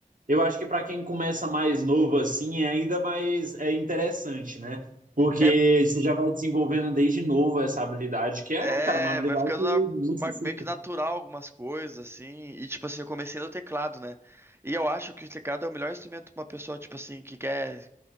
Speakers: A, on the right (about 65°); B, on the right (about 15°).
A: Eu acho que para quem começa mais novo assim, é ainda mais é interessante, né? Porque
B: É,
A: você já vai desenvolvendo desde novo essa habilidade, que é,
B: é,
A: cara, uma habilidade
B: vai ficando
A: muito
B: na- ma-
A: específica.
B: meio que natural algumas coisas, assim. E tipo assim, eu comecei no teclado, né? E eu acho que o teclado é o melhor instrumento pra uma pessoa, tipo assim, que quer